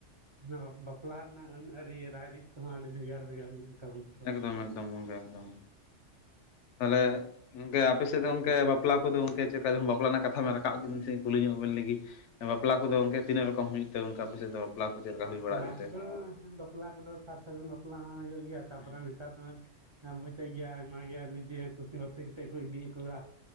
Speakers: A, on the right (about 40°); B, on the left (about 75°).
A: ᱵᱟ ᱵᱟᱯᱞᱟ ᱨᱮᱱᱟᱜ ᱟᱹᱱ ᱟᱹᱨᱤ ᱨᱟᱭᱼᱨᱤᱛ ᱠᱚᱦᱚᱸ ᱟᱹᱰᱤ ᱵᱷᱮᱜᱟᱨ ᱵᱷᱮᱜᱟᱨ ᱧᱚᱜ ᱜᱮᱛᱟᱵᱚᱱᱟ
B: ᱮᱠᱫᱚᱢ ᱮᱠᱫᱚᱢ ᱜᱚᱝᱠᱮ ᱮᱠᱫᱚᱢ᱾ ᱛᱟᱦᱚᱞᱮ ᱜᱚᱝᱠᱮ ᱟᱯᱮ ᱥᱮᱫ ᱫᱚ ᱜᱚᱝᱠᱮ ᱵᱟᱯ ᱯᱞᱟ ᱠᱚᱫᱚ ᱜᱚᱝᱠᱮ ᱪᱮᱫᱞᱮᱠᱟ ᱵᱟᱯᱞᱟ ᱨᱮᱱᱟᱜ ᱠᱟᱛᱷᱟ ᱵᱮᱱ ᱨᱟᱠᱟᱵ ᱠᱮᱫ ᱵᱤᱱ ᱱᱟᱥᱮ ᱱᱟᱜ ᱠᱩᱞᱤ ᱧᱚᱜ ᱵᱮᱱ ᱞᱮᱜᱤ ᱵᱟᱯᱞᱟ ᱠᱚᱫᱚ ᱜᱚᱝᱠᱮ ᱛᱤᱱᱟᱹᱜ ᱨᱚᱠᱚᱢ ᱦᱩᱭᱩᱜ ᱛᱮ ᱜᱚᱝᱠᱮ ᱟᱯᱮᱥᱮᱫ ᱫᱚ? ᱵᱟᱯᱞᱟ ᱠᱚ ᱪᱮᱫ ᱞᱮᱠᱟ
A: ᱵᱟᱯᱞᱟ
B: ᱦᱩᱭ ᱵᱟᱲᱟᱜ ᱜᱮᱛᱮ
A: ᱠᱚ ᱫᱚ ᱦᱚᱸ ᱵᱟᱯᱞᱟ ᱠᱚᱫᱚ ᱥᱟᱨ ᱥᱟᱹᱜᱩᱱ ᱵᱟᱯᱞᱟ ᱦᱚᱸ ᱦᱩᱭᱩᱜ ᱜᱮᱭᱟ ᱛᱟᱨᱯᱚᱨᱮ
B: ᱦᱩᱸ
A: ᱱᱮᱛᱟᱨ ᱫᱚ ᱚᱱᱟ ᱮᱫ ᱜᱮᱭᱟ ᱟᱭᱢᱟ ᱜᱮ ᱱᱤᱡᱮ ᱜᱮ ᱠᱩᱥᱤ ᱵᱟᱹᱥᱤ ᱠᱟᱛᱮᱫ ᱠᱚ ᱤᱫᱤᱭᱮᱫ ᱠᱚᱣᱟ᱾